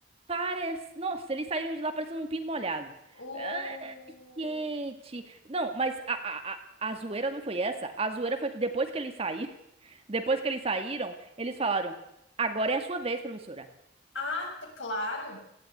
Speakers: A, on the right; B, on the left.
A: parece... Nossa, eles saíram de lá parecendo um pinto molhado.
B: O...
A: Ah, Gente! Não, mas a, a, a, a zoeira não foi essa. A zoeira foi que depois que eles saíram, <laughs> depois que eles saíram, eles falaram, agora é a sua vez, professora.
B: Ah, tá- claro,